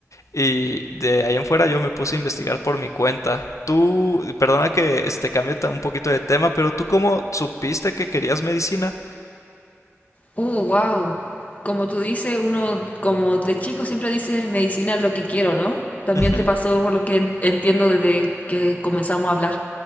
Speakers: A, on the left; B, on the left.
A: y de ahí en fuera yo me puse a investigar por mi cuenta. Tú, perdona que este cambie ta- un poquito de tema, pero tú cómo supiste que querías medicina?
B: Uh, wow. Como tú dices, uno como de chico siempre dice medicina es lo que quiero, ¿no? También
A: Ujú.
B: te pasó por lo que en- entiendo desde que comenzamos a hablar.